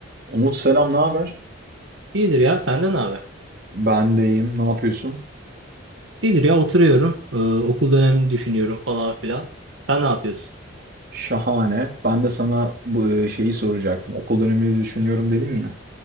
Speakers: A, on the right; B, on the right.
A: Umut selam, ne haber?
B: İyidir ya. Senden ne haber?
A: Ben de iyiyim, ne yapıyorsun?
B: İyidir ya. Oturuyorum. Ee, okul dönemini düşünüyorum falan filan. Sen ne yapıyorsun?
A: Şahane. Ben de sana bu e, şeyi soracaktım. Okul dönemini düşünüyorum dedin ya.